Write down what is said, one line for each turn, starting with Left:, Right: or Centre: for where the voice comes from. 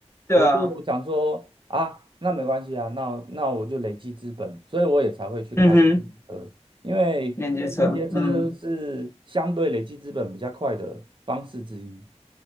Left: 对啊，
Right: 我就想说啊，那没关系啊，那那我就累积资本，所以我也才会去开
Left: 嗯哼，
Right: 呃，因为连接车是相对累积资本比较快的方式之一。
Left: 连接车，嗯，